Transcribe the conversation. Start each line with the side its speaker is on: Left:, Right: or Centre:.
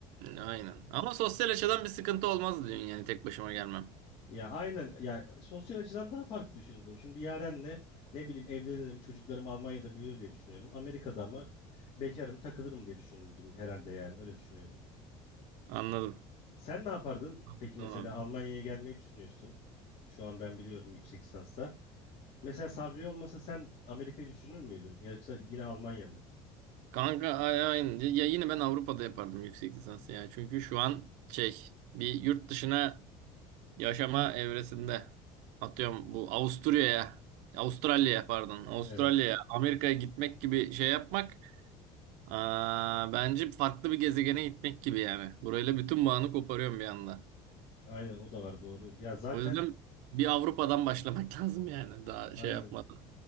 Right: Aynen. Ama sosyal açıdan bir sıkıntı olmaz diyorsun yani tek başıma gelmem.
Left: Ya aynen ya sosyal açıdan daha farklı düşünürdüm. Şimdi Yaren'le ne bileyim evlenirim, çocuklarım Almanya'da büyür diye düşünüyorum. Amerika'da ama bekarım, takılırım diye düşünürdüm herhalde yani öyle düşünüyordum.
Right: Anladım.
Left: Sen ne yapardın?
Right: Anladım
Left: Peki mesela
Right: abi.
Left: Almanya'ya gelmeyi düşünüyorsun. Şu an ben biliyorum yüksek lisansa. Mesela Sabri olmasa sen Amerika'yı düşünür müydün? Yoksa yine Almanya mı?
Right: Kanka ay- aynen. Ya yine ben Avrupa'da yapardım yüksek lisansı ya. Çünkü şu an şey bir yurt dışına yaşama evresinde. Atıyorum bu Avusturya'ya, Avustralya'ya pardon, Avustralya'ya,
Left: Evet.
Right: Amerika'ya gitmek gibi şey yapmak aa, bence farklı bir gezegene gitmek gibi yani. Burayla bütün bağını koparıyorum bir anda.
Left: Aynen o da var doğru. Ya zaten
Right: O yüzden bir Avrupa'dan başlamak <laughs> lazım yani daha
Left: aynen.
Right: şey yapmadan.